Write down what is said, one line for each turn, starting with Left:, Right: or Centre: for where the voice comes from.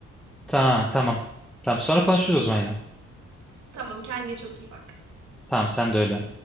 Centre: Tamam, tamam. Tamam, sonra konuşuruz o zaman yine.
Right: Tamam kendine çok iyi bak.
Centre: Tamam, sen de öyle.